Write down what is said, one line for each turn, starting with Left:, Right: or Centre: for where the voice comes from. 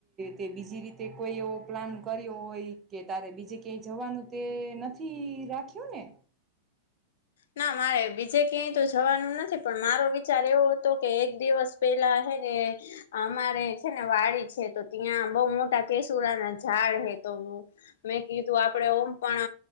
Right: તે બીજી રીતે કોઈ એવો પ્લાન કર્યો હોય કે તારે બીજે ક્યાંય જવાનું તે નથી રાખ્યું ને
Left: ના મારે બીજે ક્યાંય તો જવાનું નથી પણ મારો વિચાર એવો હતો કે એક દિવસ પેલા અમારે છે ને વાડી છે તો ત્યાં બહુ મોટા કેસુરા ના ઝાડ હે તો મેં કીધું આપડે ઓમ પણ